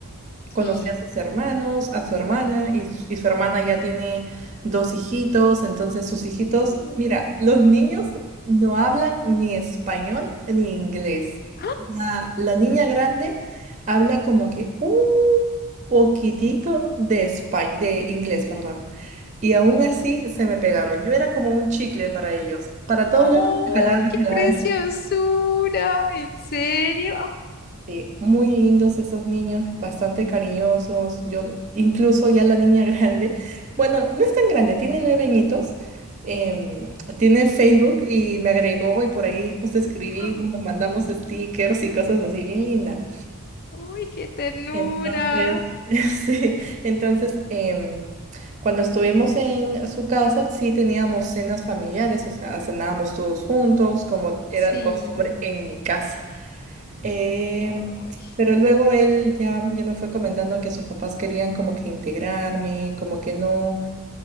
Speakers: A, on the right (about 35°); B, on the left (about 45°).
A: conocí
B: sí.
A: a sus hermanos, a su hermana, y, s- y su hermana ya tiene dos hijitos, entonces sus hijitos,
B: Mm.
A: mira, los niños no hablan ni español ni inglés.
B: ¡Ah!
A: La, la niña grande habla como que un poquitito de espa- de inglés, perdón. Y aún así se me pegaron. Yo era como un chicle para ellos. Para todos
B: ¡Oh,
A: lados me jalaban,
B: qué
A: me jalaban,
B: preciosura! ¿En serio?
A: Sí, muy lindos esos niños, bastante cariñosos. Yo, incluso ya la niña <laughs> grande, bueno, no es tan grande, tiene nueve añitos, em, tiene Facebook y me agregó y por ahí nos escribimos,
B: Oh.
A: nos mandamos stickers y cosas así, bien linda.
B: Uy, qué ternura.
A: Entonces, <laughs> sí, entonces, em, cuando estuvimos en su casa, sí teníamos cenas familiares, o sea, cenábamos todos juntos, como era
B: Sí.
A: costumbre en mi casa. Em,
B: Ay.
A: pero luego él ya, ya me fue comentando que sus papás querían como que integrarme, como que no,